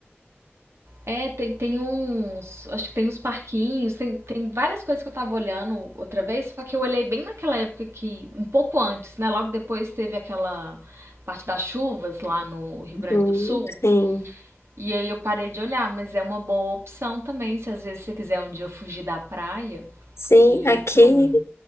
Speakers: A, on the right; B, on the left.
A: É, tem, tem uns. Acho que tem uns parquinhos, tem, tem várias coisas que eu tava olhando outra vez, só que eu olhei bem naquela época que. Um pouco antes, né? Logo depois teve aquela parte das chuvas lá no Rio Grande
B: Uhum,
A: do Sul.
B: Sim,
A: E aí eu parei de olhar, mas é uma boa opção também, se às vezes você quiser um dia fugir da praia
B: sim.
A: e
B: Aqui,
A: ir pra um.